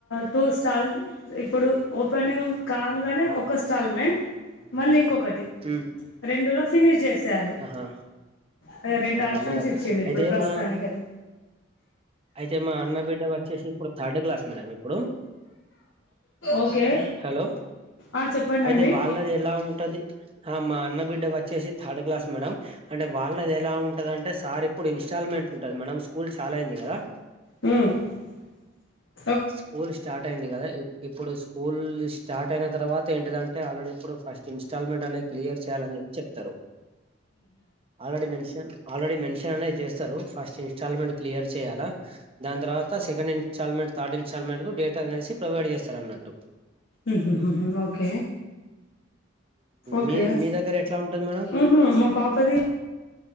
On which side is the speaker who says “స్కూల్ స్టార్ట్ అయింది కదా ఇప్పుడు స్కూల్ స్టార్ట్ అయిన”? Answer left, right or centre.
Right